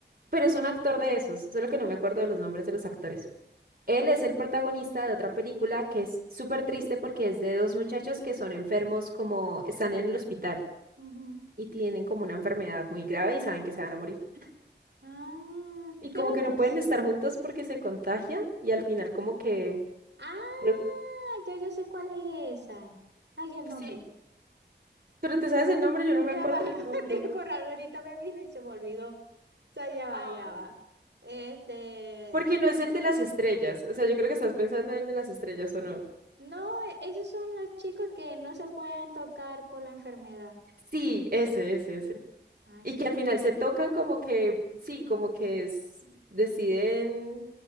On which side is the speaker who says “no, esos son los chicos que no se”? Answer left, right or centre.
Right